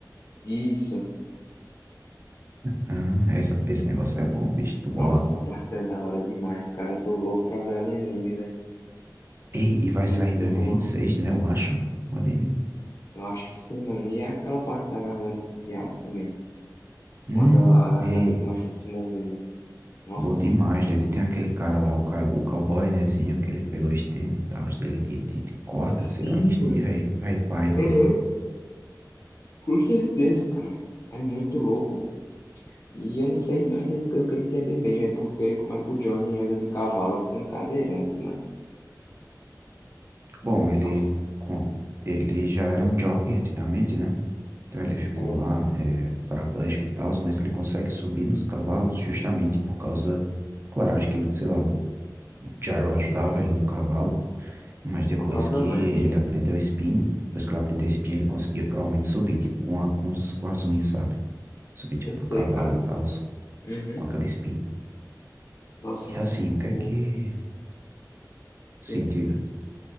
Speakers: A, on the left; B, on the right.
A: Isso,
B: Ah, essa, esse negócio é bom, bicho. Tô boa.
A: Nossa, essa parte é da hora demais, cara. Eu tô louco pra ver ela em anime, velho.
B: Ei, e vai
A: Muito
B: sair em 2026,
A: boa.
B: né? Eu acho. O anime.
A: Eu acho que sim, mano. E é aquela parte da garganta do diabo também. Quando
B: Hum,
A: a, a garganta
B: ei.
A: começa a se mover, velho. Nossa.
B: Bom demais, doido. E Tem aquele cara lá, o, cow- o cowboy, nézinho, que ele pegou o stand e tal, os dele de, de, de corda,
A: Sim,
B: sei lá, que stand
A: mano.
B: rei rei paia dele.
A: Aham. Com certeza, cara. É muito louco. E eu não sei não, que eu queria entender bem, velho. Porque como é que o Johnny anda de cavalo sendo cadeirante, mano?
B: Bom, ele,
A: Nossa.
B: com- ele já era um jockey antigamente, né? Então ele ficou
A: É,
B: lá é, paraplégico e tal, mas ele consegue subir nos cavalos justamente por causa. Claro, acho que, o- sei lá, o o gyro ajudava ele no cavalo, mas depois
A: provavelmente.
B: que ele aprendeu spin, depois que ele aprendeu spin, ele conseguia provavelmente subir, tipo, com, a, com, os- com as unhas, sabe? subir tipo
A: Eu sei,
B: no cavalo
A: cara.
B: e tal.
A: Uhum.
B: com aquela espinha.
A: Nossa.
B: E assim, o que
A: O...
B: é que.
A: Sim,
B: Sim, diga.